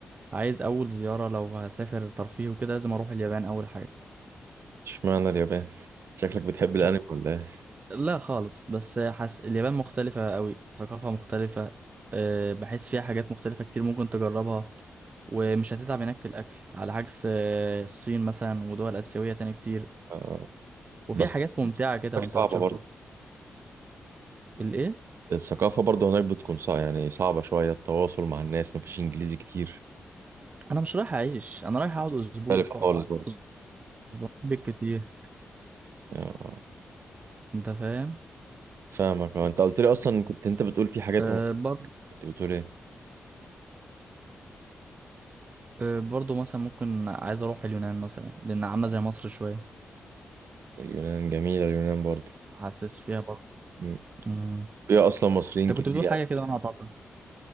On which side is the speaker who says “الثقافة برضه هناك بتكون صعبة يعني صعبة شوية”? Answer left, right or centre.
Right